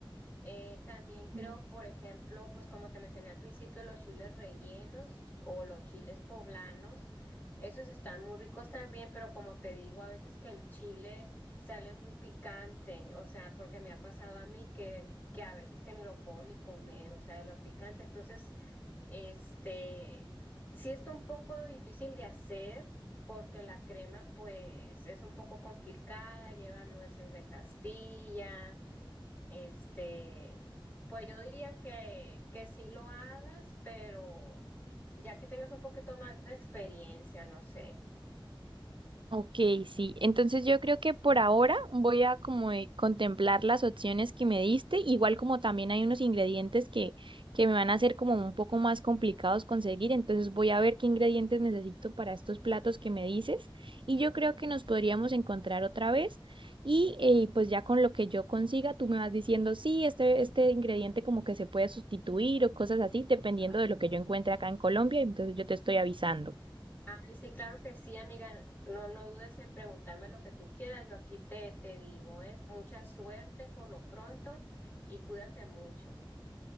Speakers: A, on the left (about 20°); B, on the right (about 65°).
A: Eh, también creo,
B: mm.
A: por ejemplo, pues como te mencioné al principio, los chiles rellenos o los chiles poblanos, esos están muy ricos también, pero como te digo, a veces que el chile sale muy picante, o sea, porque me ha pasado a mí que, que a veces que ni lo puedo ni comer, o sea, de lo picante, entonces, este, sí está un poco difícil de hacer. Porque la crema, pues, es un poco complicada, lleva nueces de Castilla, este, pues yo diría que, que sí lo hagas, pero ya que tengas un poquito más de experiencia, no sé.
B: Ok, sí. Entonces yo creo que por ahora voy a como eh, contemplar las opciones que me diste, igual como también hay unos ingredientes que, que me van a hacer como un poco más complicados conseguir, entonces voy a ver qué ingredientes necesito para estos platos que me dices y yo creo que nos podríamos encontrar otra vez y eh, pues ya con lo que yo consiga tú me vas diciendo, sí, este, este ingrediente como que se puede sustituir o cosas así, dependiendo
A: Ah,
B: de lo que yo encuentre acá en Colombia, entonces yo te estoy avisando.
A: Ay, sí, claro que sí, amiga. No, no dudes en preguntarme lo que tú quieras. Yo aquí te, te digo, eh, mucha suerte por lo pronto y cuídate mucho.